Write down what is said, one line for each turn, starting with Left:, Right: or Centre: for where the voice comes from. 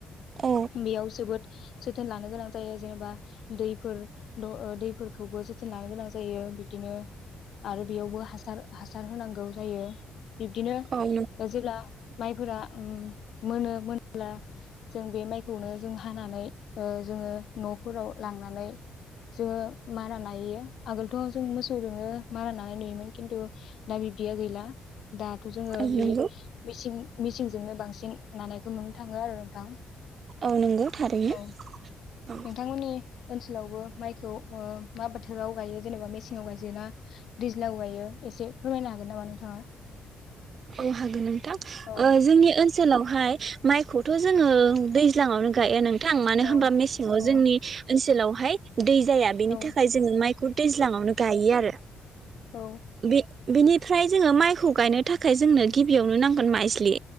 Right: औ
Left: बेयाव जोबोद, जोथोन लानो गोनां जायो जेनेबा दैफोर दैफोरखौबो जोथोन लानो गोनां जायो बिदिनो आरो बेयावबो हासार हासार होनांगौ जायो बिब्दिनो
Right: औ
Left: जेब्ला माइफोरा मोनो मोन्ला जों बे माइखौनो जों हानानै जोङो न'फोराव लांनानै जोङो मारा ना यो आगोलथ' जों मोसौजोंनो मारानानाय नुयोमोन खिन्थु दा बिब्दिया गैला दाथ' जोङो
Right: नंगौ
Left: बे मेसिं मिसिंजोंनो बांसिन नानायखौ नुनो थाङो आरो नोंथां
Right: औ नंगौ थारैनो
Left: औ नोंथांमोननि
Right: औ
Left: ओनसोल सोलावबो माइखौ मा बोथोराव गायो जेनेबा मेसेंआव गायजोना दैज्लाव गायो एसे फोरमायनो हागोन नामा नोंथाङा
Right: औ हागोन नोंथां
Left: औ
Right: जोंनि ओनसो ओनसोलावहाय माइखौथ' जोङो दैज्लाङावनो गायो नों थां मानो
Left: औ
Right: होनोमबा मेसेंआव
Left: औ
Right: जोंनि लावहाय दै जाया बेनि
Left: औ
Right: थाखाय जोङो माइखौ दैज्लाङावनो गायो आरो
Left: औ
Right: बे बेनिफ्राय जोङो माइखौ गायनो थाखाय जोंनो गिबियावनो नांगोन माइज्लि